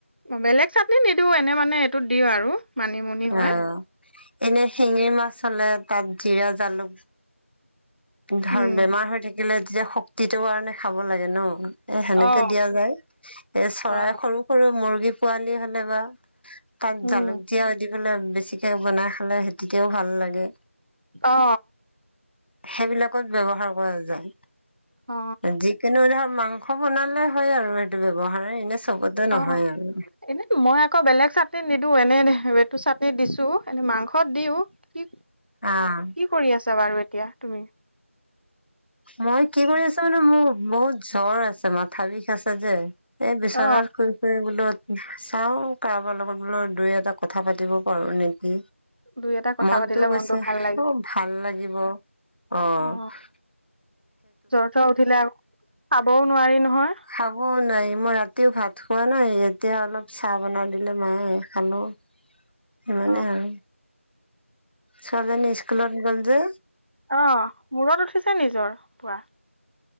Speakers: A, on the right; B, on the left.
A: বেলেগ চাটনিত নিদিও এনে মানে এইটোত দিওঁ আৰু মানিমুনি হয়
B: অহ এনে শিঙি মাছ হলে তাত জিৰা জালুক ধৰ
A: উম
B: বেমাৰ হৈ থাকিলে তেতিয়া শক্তিটোৰ কাৰণে খাব লাগে ন এ সেনেকে
A: অ
B: দিয়া যায় এ চৰাই
A: অ
B: সৰু সৰু মুৰ্গী পোৱালি হ'লে বা তাত
A: উম
B: জালুক দিয়া দি পেলাই বেছিকে বনাই খালে সেই তেতিয়াও ভাল লাগে।
A: অ
B: সেইবিলাকত ব্যৱহাৰ কৰা যায়,
A: অ
B: যি কিন্তু ধৰ মাংস বনালে হয় আৰু সেইটো ব্যৱহাৰ এনে চবতে নহয়
A: অঁহ
B: আৰু।
A: এনে মই আকৌ বেলেগ চাট নিদিও এনে এইটো চাটনিত দিছো, এনে মাংসত দিও কি
B: আহ
A: কি কৰি আছা বাৰু এতিয়া তুমি?
B: মই কি কৰি আছো মানে মোৰ বহুত জ্বৰ আছে মাথা বিষ আছে যে। এ বিচনাত
A: অ
B: শুই বোলো চাওঁ কাৰোবাৰ লগত বোলো দুই এটা কথা পাতিব পাৰো নেক
A: দুই এটা কথা
B: মনটো
A: পাতিলে
B: গৈছে
A: ভাল লাগে
B: অহ ভাল লাগিব অহ।
A: অ জ্বৰ থৰ উঠিলে আৰু খাবও নোৱাৰি নহয়।
B: খাবও নোৱাৰি, মই ৰাতিও ভাত খোৱা নাই এতিয়া অলপ চাহ বনাই দিলে মায়ে খালো। সিমানে
A: অ
B: আৰু। ছোৱালী জনী স্কুলত গ'ল যে।
A: অঁহ মূৰত উঠিছে নি জ্বৰ পোৰা?